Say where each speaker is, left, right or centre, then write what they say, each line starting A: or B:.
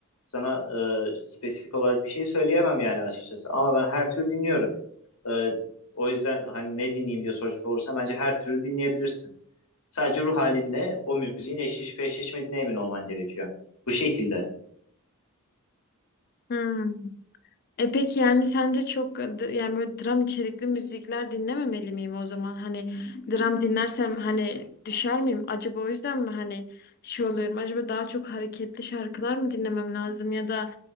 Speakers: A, on the left; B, on the left.
A: Sana e, spesifik olarak bir şey söyleyemem yani açıkçası. Ama ben her tür dinliyorum. E, o yüzden hani ne dinleyeyim diye soracak olursa bence her türü dinleyebilirsin. Sadece ruh halinle o müziğin eşleşip eşleşmediğine emin olman gerekiyor. Bu şekilde.
B: Hmm. E peki yani sence çok e, d- yani böyle dram içerikli müzikler dinlememeli miyim o zaman? Hani dram dinlersem hani düşer miyim? Acaba o yüzden mi hani şey oluyorum? Acaba daha çok hareketli şarkılar mı dinlemem lazım ya da